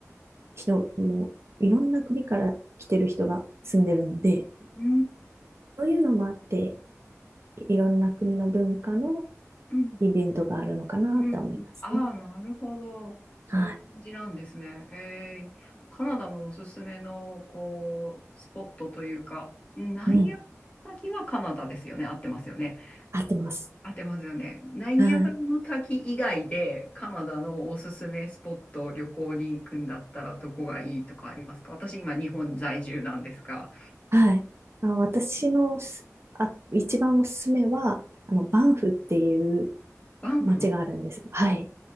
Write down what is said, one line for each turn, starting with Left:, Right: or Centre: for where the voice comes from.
Right: 人も、いろんな国から来てる人が住んでるので、
Left: うー
Right: そういうのもあって、
Left: ん。
Right: いろんな国の文化の
Left: うん
Right: イベントがあるのかなとは思いますね。
Left: うん。ああ、なるほど。そういう感じなんですね。
Right: はい。
Left: えー、カナダのおすすめの、こう、スポットというか、ナイアガラの滝はカナダですよね。
Right: うん。
Left: 合ってますよね。
Right: 合ってます。
Left: 合ってますよね。ナイアガラの滝以外で、
Right: はい。
Left: カナダのおすすめスポット、旅行に行くんだったら、どこがいいとかありますか私、今、日本在住なんですが、
Right: はい。あの、私のすあ、一番おすすめは、あの、バンフっていう
Left: バンフ
Right: 街があるんです。はい。